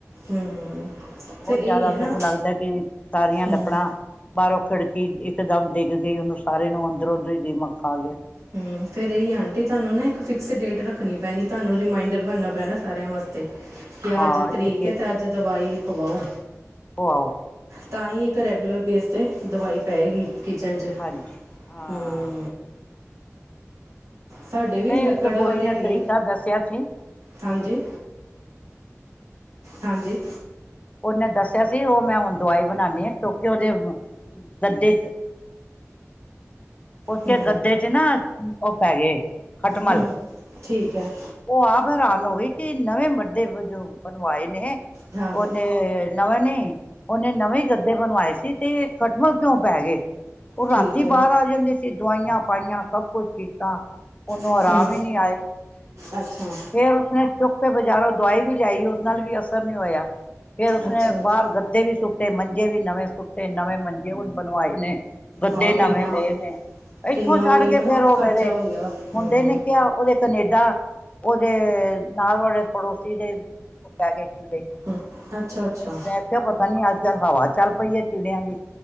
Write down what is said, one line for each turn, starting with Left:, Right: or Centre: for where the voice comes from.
Right: ਹਮ
Left: ਬਹੁਤ
Right: ਫਿਰ ਇਹੀ
Left: ਜ਼ਿਆਦਾ
Right: ਹੈ ਨਾ
Left: ਦੁੱਖ ਲੱਗਦਾ ਕਿ ਸਾਰੀਆਂ
Right: ਹਮ
Left: ਲੱਕੜਾਂ ਬਾਹਰੋਂ ਖਿੜਕੀ ਇਕਦਮ ਡਿੱਗ ਗਈ ਉਹਨੂੰ ਸਾਰੇ ਨੂੰ ਅੰਦਰੋਂ ਅੰਦਰੋਂ ਹੀ ਦੀਮਕ ਖਾ ਗਿਆ
Right: ਹਮ, ਫਿਰ ਇਹੀ ਆਂਟੀ ਤੁਹਾਨੂੰ ਨਾ ਇੱਕ ਫਿਕਸ ਡੇਟ ਰੱਖਣੀ ਪੈਣੀ ਤੁਹਾਨੂੰ ਰੀਮਾਇਂਡਰ ਬਣਨਾ ਪੈਣਾ ਸਾਰਿਆਂ ਵਾਸਤੇ ਕਿਆ
Left: ਹਾਂ
Right: ਅੱਜ ਤਰੀਕ
Left: ਇਹ
Right: ਹੈ ਤੇ ਅੱਜ ਦਵਾਈ ਪਵਾਓ
Left: ਹੋ ਆਹੋ
Right: ਤਾਂ ਹੀ ਇੱਕ ਰੈਗੂਲਰ ਬੇਸ ਤੇ ਦਵਾਈ ਪਏਗੀ ਕਿਚਨ ਚ'ਹਮ।
Left: ਹਾਂਜੀ ਹਾਂ
Right: ਸਾਡੇ ਵੀ
Left: ਨਹੀਂ
Right: ਲੱਕੜ
Left: ਇੱਕ ਕੁੜੀ
Right: ਵਾਲੇ
Left: ਨੇ
Right: ਹੈਗੇ।
Left: ਤਰੀਕਾ ਦੱਸਿਆ ਸੀ
Right: ਹਾਂਜੀ। ਹਾਂਜੀ।
Left: ਉਹਨੇ ਦੱਸਿਆ ਸੀ ਉਹ ਮੈਂ ਹੁਣ ਦਵਾਈ ਬਣਾਉਦੀ ਹਾਂ। ਕਿਉਂਕਿ ਉਹਦੇ, ਗੱਦੇ ਉਸਕੇ
Right: ਹੂੰ
Left: ਗੱਦੇ ਚ' ਨਾ ਉਹ ਪੈ ਗਏ। ਖੱਟ ਮਲ।
Right: ਹੂੰ ਠੀਕ ਹੈ
Left: ਉਹ ਆਪ ਹੈਰਾਨ ਹੋ ਗਈ। ਕਿ ਨਵੇਂ ਵੱਡੇ ਜੋ ਬਣਵਾਏ ਨੇ।
Right: ਹਾਂ
Left: ਉਹਨੇ
Right: ਹਾਂ
Left: ਨਵੇਂ ਨਹੀਂ, ਉਹਨੇ ਨਵੇਂ ਗੱਦੇ ਬਣਵਾਏ ਸੀ ਤੇ ਖਟਮਲ ਕਿਉਂ ਪੈ ਗਏ। ਉਹ
Right: ਠੀਕ
Left: ਰਾਤੀ
Right: ਹੈ
Left: ਬਾਹਰ ਆ ਜਾਂਦੇ ਸੀ। ਦਵਾਈਆਂ ਪਾਈਆਂ, ਸਭ ਕੁਛ ਕੀਤਾ। ਉਹਨੂੰ
Right: ਹੂੰ
Left: ਆਰਾਮ ਹੀ ਨਹੀਂ ਆਏ।
Right: ਅੱਛਾ
Left: ਫੇਰ ਉਸਨੇ ਚੁੱਪ ਕੇ ਬਾਜ਼ਾਰੋਂ ਦਵਾਈ ਵੀ ਲਿਆਈ ਉਸ ਨਾਲ ਵੀ ਅਸਰ ਨੀ ਹੋਇਆ। ਫੇਰ ਉਸਨੇ
Right: ਅੱਛਾ ਅੱਛਾ
Left: ਬਾਹਰ ਗ ਕੇ ਵੀ ਸੁੱਟੇ, ਮੰਜੇ ਵੀ ਨਵੇਂ ਸੁੱਟੇ। ਨਵੇਂ ਮੰਜੇ ਹੁਣ ਬਣਵਾਏ ਨੇ।
Right: ਹਾਂ
Left: ਮੁੰਡੇ ਨਵੇਂ
Right: ਕਿੰਨਾ
Left: ਲਏ ਨੇ। ਇੱਥੋਂ
Right: ਕਿੰਨਾ
Left: ਛੱਡ
Right: ਉਹੀ
Left: ਕੇ
Right: ਨਾ
Left: ਫੇਰ ਉਹ
Right: ਖਰਚਾ
Left: ਮੇਰੇ
Right: ਹੋ ਗਿਆ
Left: ਮੁੰਡੇ
Right: ਹੂੰ
Left: ਨੇ ਕਿਹਾ, ਉਹਦੇ ਕਨੇਡਾ। ਉਹਦੇ ਨਾਲ ਵਾਲੇ ਪੜੋਸੀ ਦੇ, ਉਹ ਪੈ ਗਏ ਕੀੜੇ।
Right: ਹੂੰ, ਅੱਛਾ- ਅੱਛਾ।
Left: ਮੈਂ ਕਿਹਾਆ, ਪਤਾ ਨੀ ਅੱਜ ਕੱਲ ਹਵਾ ਚੱਲ ਪਈ ਹੈ ਕੀੜਿਆਂ ਦੀ।